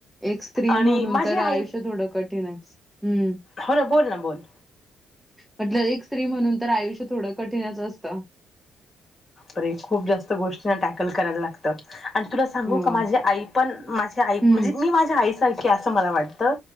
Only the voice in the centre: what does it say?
एक स्त्री
म्हणून
तर
आयुष्य थोडं कठीण आहे हम्म.
म्हटलं एक स्त्री म्हणून तर आयुष्य थोडं कठीणच असतं.
हो
हम्म